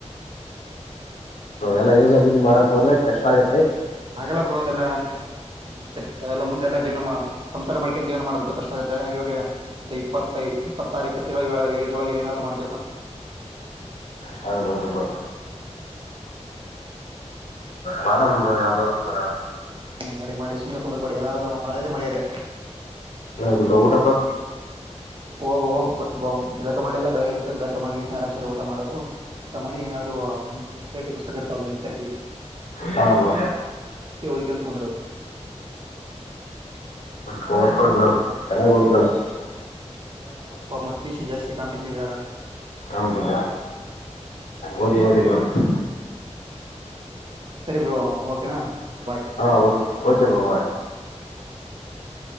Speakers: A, on the left; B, on the right.
A: ಎಲ್ಲ ಏಗಿದ್ ಮಾಡಕ್ ಹೋದ್ರೆ ಕಷ್ಟ ಆಗುತ್ತೆ
B: ಹಾಗಲ್ಲ ಬ್ರೋ ಅದೆಲ್ಲ ನಿಸೆಲ್ಲ ಮುಂದೆಲ್ಲಾ ಜೀವನ ಸಂಸಾರ ಮಾಡ್ಕೊಂಡಂತ ಏನ್ ಮಾಡ ಕಷ್ಟ ಆಗುತ್ತೆ ಇಾಗ ಒಂದು ಇಪ್ಪತ್ತೈದು ಇಪ್ಪತ್ತಾರು ಇಪ್ಪತ್ತ ಇದೊಳ ಏನಾದ್ ಮಾಡ
A: ಹೌದ್ ಹೌದು ಬ್ರೋ ಮಾಡೋಣ ಬ್ರೋ ಯಾವ್ದಾದರೂ ಮಾಡಡಣ
B: ಹ್ಮ್ ಮಾಡಿ ಮಾಡಿ ಸುಮ್ಮನೆ ಕುಂದ್ರ ಬೇಡಿ ಏನಾದ್ರು ಮಾಡಿದ್ರೆ ಮರ್ಯಾರೆ
A: ಯದು ಬ್ರಾ ಊಟ ಬ್ರೋ
B: ಓಹ ಜಿಳಕ ಮಾಡಿಲ್ಲ ಬೆಳಗ್ಗಂತು ಜಿಳಕ ಮಾಡಿ ಆರಾಮ್ಸರಿ ಊಟ ಮಾಡೋದು ಊಟ ಮಾಡಿ ಏನಾದ್ರು ಎನ್ ಸಿರ್ ಟಿ ಪುಸ್ತಕ ಇರ್ತಲ್ಲ ಎನ್ ಸಿರ್ರ್
A: ಹಾ ಬ್ರೋ
B: ಓದ ಕುಂದದು
A: ಹ ಚೆನ್ನಾಗಿ ಡ್ಕಣ <unintelligible>
B: ಹ್ಮ್ ಅದೇನಾದ್ ಮಾಡಬೇಕು ಮತ್ತ ಪ ಸಿ ಜಾತಿಾಂಪಿಟಷನ್ ಇದಲ್ಲ
A: ಹೌದುದ್ದ ಓದಿ ಓದಿ ಬ್ರೋ ಹ <inaudible>
B: ಸರಿಪ ಬ್ರೋ ಓಕೆನಾ ಸರಿ
A: ಹಾ ಓಕೆ ಬ್ರೋ ಬಾಯ್
B: ಹೌದು <inaudible>